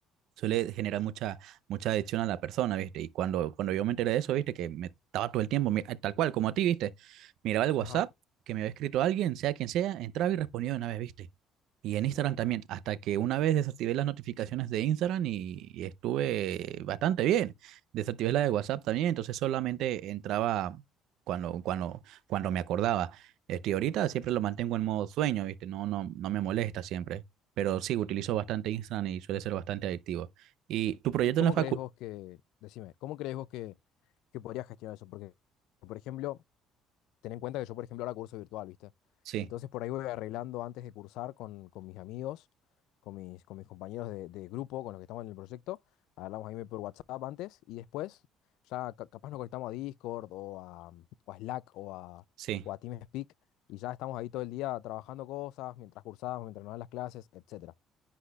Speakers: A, on the right (about 65°); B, on the left (about 75°).
A: suele generar mucha, mucha adicción a la persona, ¿viste? Y cuando, cuando yo me enteré de eso, ¿viste? Que me estaba todo el tiempo, mi- tal cual, como a ti, ¿viste? Miraba el WhatsApp,
B: ajá.
A: que me había escrito alguien, sea quien sea, entraba y respondía de una vez, ¿viste? Y en Instagram también, hasta que una vez desactivé las notificaciones de Instagram y, y estuve bastante bien. Desactivé la de WhatsApp también, entonces solamente entraba cuando, cuando, cuando me acordaba. Este, ahorita siempre lo mantengo en modo sueño, ¿viste? No, no, no me molesta siempre. Pero sí, utilizo bastante Instagram y suele ser bastante adictivo. ¿Y tu proyecto
B: ¿Y cómo
A: en la facu?
B: crees vos que, decime, cómo crees vos que, que podrías gestionar eso? Porque, por ejemplo, Ten en cuenta que yo, por ejemplo, ahora curso virtual, ¿viste?
A: Sí,
B: Entonces por ahí voy arreglando antes de cursar con, con mis amigos, con mis, con mis compañeros de, de grupo, con los que estamos en el proyecto. Hablamos ahí por WhatsApp antes y después ya ca- capaz nos conectamos a Discord o a, o a Slack o a,
A: sí.
B: o a TeamSpeak y ya estamos ahí todo el día trabajando cosas, mientras cursamos, mientras nos dan las clases, etcétera